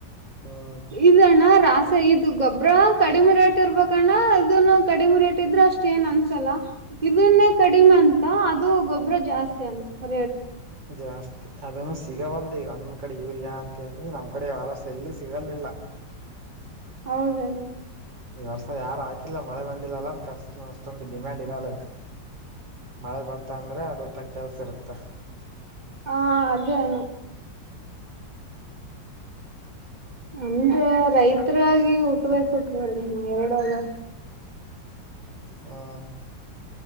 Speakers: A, on the right; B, on the right.
A: ಹ್ಮ್
B: ಇದ ನ ಪ್ರಾಸೆ ಇದು ಗೊಬ್ಬ್ರ ಕಡಿಮೆ ರೇಟ್ ಇರ್ಬೇಕಣ್ಣ ಇದನ್ನು ಕಡಿಮೆ ರೇಟ್ ಇದ್ರೆ ಅಷ್ಟು ಏನ್ ಅನ್ಸಲ್ಲ ಇದನ್ನೇ ಕಡಿಮೆ ಅಂತ ಅದು ಗೊಬ್ಬರ ಜಾಸ್ತಿ ಅಂತ ರೇಟ್
A: ಜಾಸ್ತಿ ಅದನ್ನು ಸಿಗವಲ್ದಿ ಒಂದ್ ಕಡೆ ಯೂರಿಯಾ ಅಂತ ಹೇಳಿ ನಮ್ ಕಡೆಾವರ್ ಎಲ್ಲಿ ಸಿಗಲ್ಿಲ್ಲ ಹ
B: ಹೌದಣ
A: ಈ ವರ್ಷ ಯಾರು ಹಾಕಿಲ್ಲ ಮಳೆ ಬಂದಿಲ್ಲಲ್ಲ ಅಷ್ಟ ಅಷ್ಟೊಂದು ಡಿಮ್ಯಾಂಡ್ ಇರಲ್ಲ ಇದಕ ಮಳೆ ಬತ ಅಂದ್ರೆ ಅದತ್ತ ಕೆಲ್ಸ ಇರುತ್ತ
B: ಹ ಅದೇ ಅಣ್ಣ ಅಂದ್ರ ರೈತರಾಗಿ ಉಟ್ಬೇಕು ಉಟ್ಬಡ್ದ ನ ಎರಡಗ
A: ಹಾ